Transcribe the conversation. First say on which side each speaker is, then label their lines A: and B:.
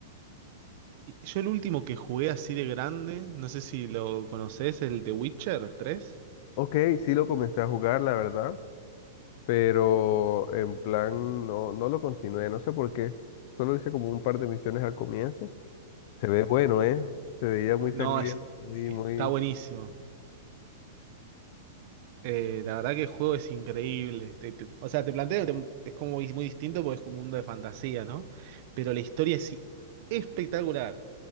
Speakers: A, on the right; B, on the left.
A: Y Yo el último que jugué así de grande, no sé si lo conoces, el de Witcher tres.
B: Ok, sí lo comencé a jugar, la verdad. pero en plan no, no lo continué, no sé por qué. Solo hice como un par de misiones al comienzo. Se ve bueno, ¿eh? Se veía muy
A: No,
B: sangriento,
A: es-
B: muy,
A: está
B: muy...
A: buenísimo. Eh, la verdad que el juego es increíble. Te- te- o sea, te planteo, te- es como muy muy distinto porque es como un mundo de fantasía, ¿no? Pero la historia es i- espectacular.